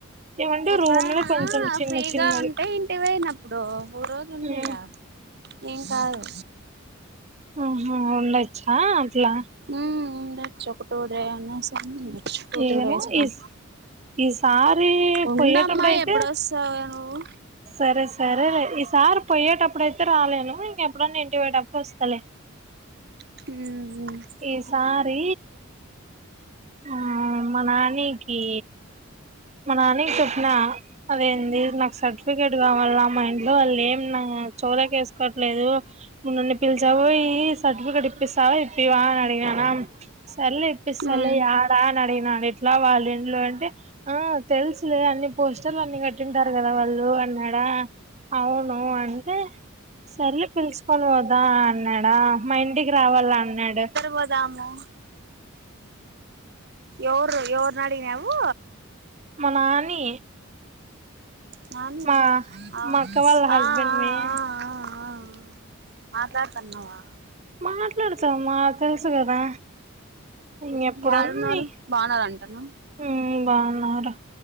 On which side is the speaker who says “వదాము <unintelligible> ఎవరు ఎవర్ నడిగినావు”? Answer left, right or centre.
Right